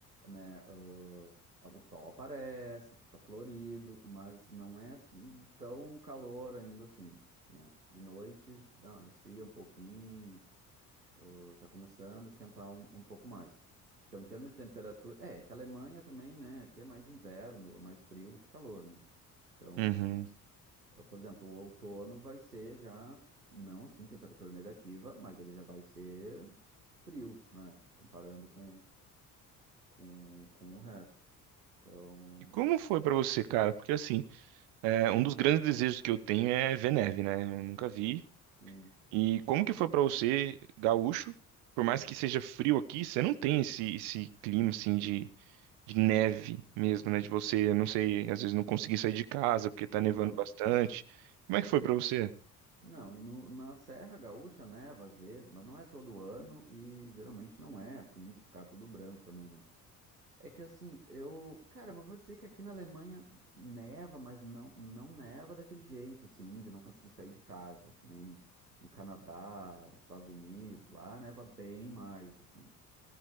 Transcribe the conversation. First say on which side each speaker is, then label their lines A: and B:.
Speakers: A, on the right; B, on the right.
A: né, ãh, a- o sol aparece, fica florido, mas não é tão calor ainda assim, né? De noite, dá, esfria um pouquinho, ãh, tá começando a esquentar um, um pouco mais. Então, em termos de temperatura, é, que a Alemanha também, né, aqui é mais inverno, é mais frio do que calor, né? Então,
B: Uhum.
A: ah, Por exemplo, o outono vai ser já, não assim, temperatura negativa, mas ele já vai ser frio, né? Comparando com, com, com o resto. Então,
B: E como foi pra você, cara? Porque assim, é, um dos grandes desejos que eu tenho é ver neve, né? Eu nunca vi.
A: sim.
B: E como que foi pra você, gaúcho? Por mais que seja frio aqui, você não tem esse, esse clima assim de, de neve mesmo, né? De você, eu não sei, às vezes não conseguir sair de casa porque tá
A: Não.
B: nevando bastante. Como é que foi pra você?
A: Não, e no, na Serra Gaúcha neva às vezes, mas não é todo ano e geralmente não é assim, de ficar tudo branco também, né? É que assim, eu, cara, mas vou dizer que aqui na Alemanha neva, mas não não neva daquele jeito, assim, de não conseguir sair de casa, que nem no Canadá, nos Estados Unidos, lá neva bem mais, assim.